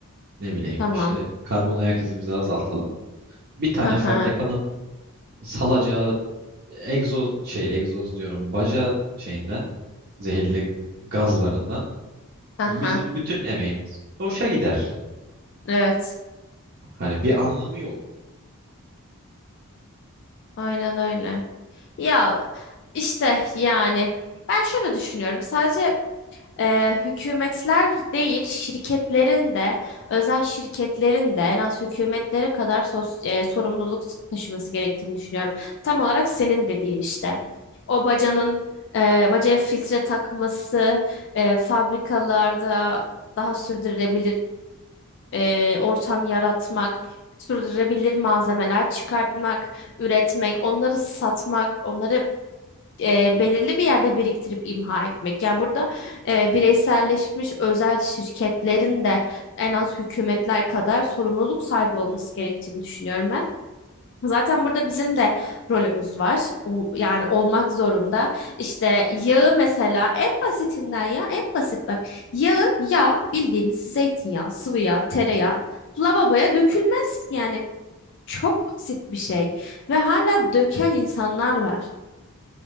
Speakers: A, on the right; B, on the left.
A: Ne bileyim
B: tamam.
A: işte karbon ayak izimizi azaltalım. Bir tane
B: Hı hı.
A: fabrikanın salacağı egzoz şey egzoz diyorum baca şeyinden zehirli gazlarından
B: Hı
A: bizim
B: hı.
A: bütün emeğimiz boşa gider.
B: Evet.
A: Hani bir anlamı yok.
B: Aynen öyle. Ya işte yani ben şöyle düşünüyorum. Sadece Ee, hükümetler değil, şirketlerin de, özel şirketlerin de en az hükümetlere kadar sos- e, sorumluluk taşıması gerektiğini düşünüyorum. Tam olarak senin dediğin işte. O bacanın e, bacaya filtre takması, e, fabrikalarda daha sürdürülebilir e, ortam yaratmak, sürdürülebilir malzemeler çıkartmak, üretmek, onları satmak, onları e, belirli bir yerde biriktirip imha etmek. Yani burada e, bireyselleşmiş özel şirketlerin de en az hükümetler kadar sorumluluk sahibi olması gerektiğini düşünüyorum ben. Zaten burada bizim de rolümüz var. O, yani olmak zorunda. İşte yağı mesela en basitinden ya en basit bak. Yağı yağ bildiğimiz zeytinyağı, sıvı yağ, tereyağı lavaboya dökülmez. Yani çok basit bir şey ve hala döken insanlar var.